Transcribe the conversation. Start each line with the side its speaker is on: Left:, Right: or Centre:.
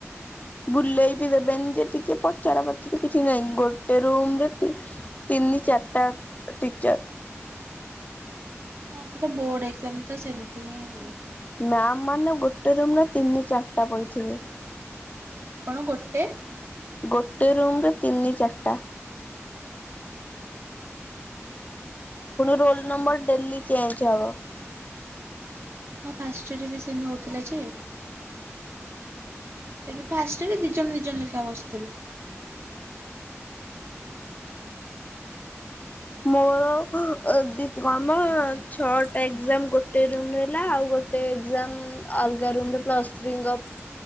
Left: ବୁଲେଇ ବିି ଦେବେନି ଯେ ଟିକେ ପଚାରା ପଚାରି କିଛି ନାହିଁ ଗୋଟେ ରୁମ ରେ ତିନି ଚାରଟା ଟିଚର।
Right: ହଁ ସେଟା ବୋର୍ଡ ଏକ୍ଜାମ ତ ସେମିତି ହିଁ ହୁଏ।
Left: ମ୍ୟାମ ମାନେ ଗୋଟେ ରୁମରେ ତିନି ଚାରିଟା ପଡ଼ିଥିବେ।
Right: କଣ ଗୋଟେ?
Left: ଗୋଟେ ରୁମ ରେ ତିନି ଚାରିଟା। ପୁଣି ରୋଲ ନମ୍ବର ଡେଲି ଚେଞ୍ଜ ହବ।
Right: ହଁ ଫାଶରେ ବି ସେ ନେଉଥିଲା ଯେ। ହେଲେ ଫାଷ୍ଟରେ ଦି ଜଣ ଦି ଜଣ ଲେଖା ବସ୍ତୁଲୁ।
Left: ମୋର ଏ ଦି କନ ନା ଛଅଟା ଏକ୍ଜାମ ଗୋଟେ ରୁମ ରେ ହେଲା। ଆଉ ଗୋଟେ ଏକ୍ଜାମ ଅଲଗା ରୁମ ରେ ପ୍ଲସ ଥ୍ରୀ ଙ୍କ